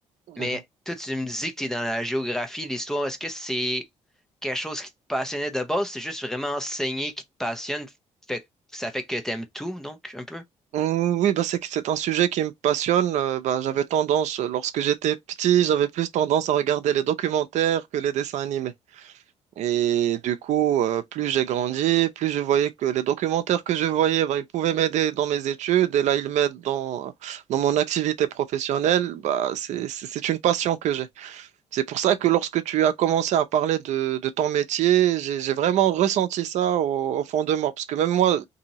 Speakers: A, on the right; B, in the centre.
A: Mhm.
B: Mais toi, tu me dis que tu es dans la géographie, l'histoire. Est-ce que c'est quelque chose qui te passionnait de base? C'est juste vraiment enseigner qui te passionne. Fait, que ça fait que t'aimes tout, donc, un peu?
A: Mm, Oui, bah, c'est que c'est un sujet qui me passionne. Euh, bah, j'avais tendance, euh, lorsque j'étais petit, j'avais plus tendance à regarder les documentaires que les dessins animés. Et du coup, euh, plus j'ai grandi, plus je voyais que les documentaires que je voyais, bah, ils pouvaient m'aider dans mes études. Et là, ils m'aident dans, dans mon activité professionnelle. Bah, c'est, c'est c'est une passion que j'ai. C'est pour ça que lorsque tu as commencé à parler de, de ton métier, j'ai, j'ai vraiment ressenti ça au, au fond de moi. Parce que même moi,